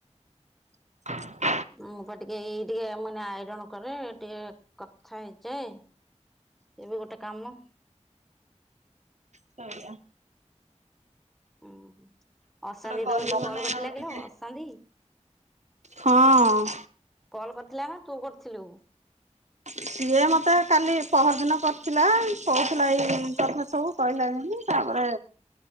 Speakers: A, on the right; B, in the centre.
A: <unintelligible>
B: ମୁଁ ପା ଟିକେ ଏଇ ଟିକେ ମାନେ ଆଇରନ କରେ ଟିକେ କଥା ହେଇଯାଏ। ସିଏ ବି ଗୋଟେ କାମ।
A: ସଇଲା
B: ଉଁ ହୁଁ ଅଶାନ୍ତି
A: କରିବୁ
B: ତୋ କତିକି
A: ମାନେ
B: କଲ କରିଥିଲା
A: ଆଉ
B: କିଲୋ
A: ଟିକେ
B: ଅଶାନ୍ତି?
A: ହଁ
B: କଲ କରିଥିଲା ନା ତୁ କରିଥିଲୁ?
A: ସିଏ ମତେ କାଲି ପହରଦିନ କରିଥିଲା କହୁଥିଲା ଏଇ କଥା ସବୁ କହିଲା ଯେମିତି ତାପରେ